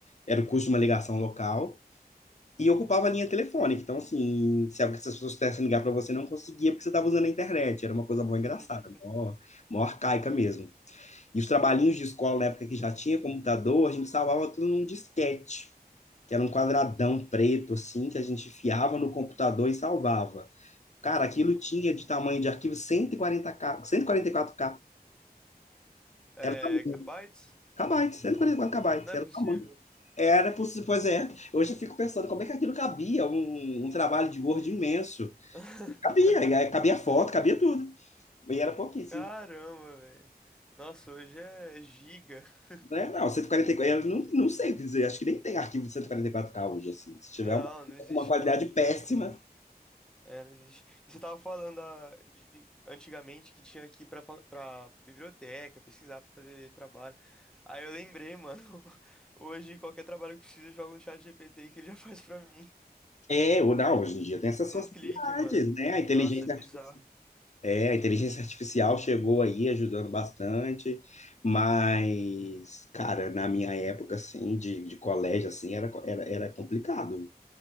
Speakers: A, on the left (about 45°); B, in the centre.
A: era o custo de uma ligação local. E ocupava a linha telefônica. Então, assim, se alguém- se as pessoas quisessem ligar para você, não conseguia porque você estava usando a internet. Era uma coisa boa engraçada,
B: <laughs>
A: mó, mó arcaica mesmo. E os trabalhinhos de escola, na época que já tinha computador, a gente salvava tudo num disquete, que era um quadradão preto, assim, que a gente enfiava no computador e salvava. Cara, aquilo
B: Nossa.
A: tinha de tamanho de arquivo 140K, 144K.
B: É,
A: Era o tamanho.
B: Kabaits?
A: KB, 144 KB,
B: Não é
A: era
B: possível.
A: o tamanho. Era possível, pois é. Hoje eu fico pensando como é que aquilo cabia, um, um trabalho de Word imenso.
B: <laughs>
A: Cabia, e aí cabia foto, cabia tudo. E era pouquíssimo.
B: Caramba, velho. Nossa, hoje é giga. <laughs>
A: Né? Não, 144, eu não, não sei o que dizer, acho que nem tem arquivo de 144K hoje, assim. Se tiver
B: Não,
A: uma,
B: não existe
A: uma qualidade
B: não.
A: péssima.
B: É, não existe. E você tava falando da- de, de- antigamente que tinha que ir pra, fa- pra biblioteca, pesquisar pra fazer trabalho. Aí eu lembrei, mano. <laughs> Hoje qualquer trabalho que precisa, joga no chat GPT que ele já faz pra mim.
A: É, ou não, hoje em dia tem essas
B: Num
A: facilidades,
B: clique, mano.
A: né? A inteligência
B: Nossa, é bizarro.
A: É, a inteligência artificial chegou aí ajudando bastante, mas, cara, na minha época, assim, de, de colégio, assim, era, co- era, era complicado.